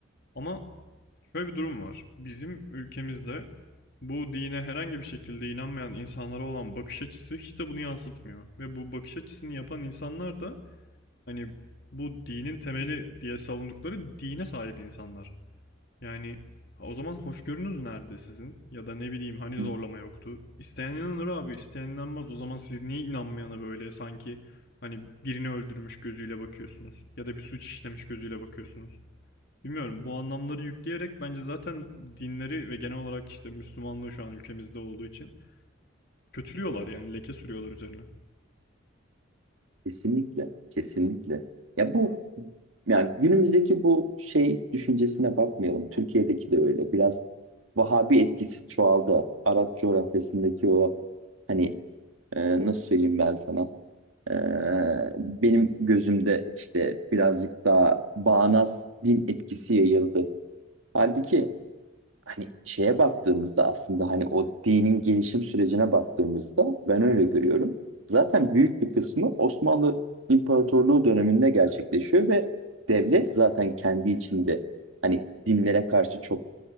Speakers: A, on the left (about 55°); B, on the right (about 85°).
A: Ama Şöyle bir durum var. Bizim ülkemizde bu dine herhangi bir şekilde inanmayan insanlara olan bakış açısı hiç de bunu yansıtmıyor. Ve bu bakış açısını yapan insanlar da hani bu dinin temeli diye savundukları dine sahip insanlar. Yani o zaman hoşgörünüz nerede sizin? Ya da ne bileyim hani zorlama
B: hı.
A: yoktu. İsteyen inanır abi, isteyen inanmaz. O zaman siz niye inanmayana böyle sanki hani birini öldürmüş gözüyle bakıyorsunuz? Ya da bir suç işlemiş gözüyle bakıyorsunuz? Bilmiyorum bu anlamları yükleyerek bence zaten dinleri ve genel olarak işte Müslümanlığı şu an ülkemizde olduğu için kötülüyorlar yani leke sürüyorlar üzerine.
B: Kesinlikle, kesinlikle. Ya bu yani günümüzdeki bu şey düşüncesine bakmayalım. Türkiye'deki de öyle. Biraz Vahabi etkisi çoğaldı. Arap coğrafyasındaki o hani e, nasıl söyleyeyim ben sana? E, benim gözümde işte birazcık daha bağnaz din etkisi yayıldı. Halbuki hani şeye baktığımızda aslında hani o dinin gelişim sürecine baktığımızda ben öyle görüyorum. Zaten büyük bir kısmı Osmanlı İmparatorluğu döneminde gerçekleşiyor ve devlet zaten kendi içinde hani dinlere karşı çok